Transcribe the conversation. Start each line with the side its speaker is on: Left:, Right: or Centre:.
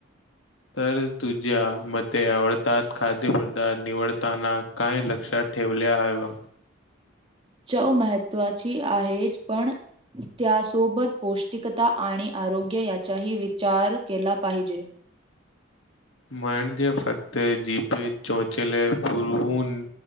Left: तर तुझ्या मते आवडतात खाद्यपदार्थ निवडताना काय लक्षात ठेवले ह बग
Right: चव महत्त्वाची आहे पण त्यासोबत पौष्टिकता आणि आरोग्य याचाही विचार केला पाहिजे.
Left: म्हणजे फक्त जिभेत चोचेले पुरवून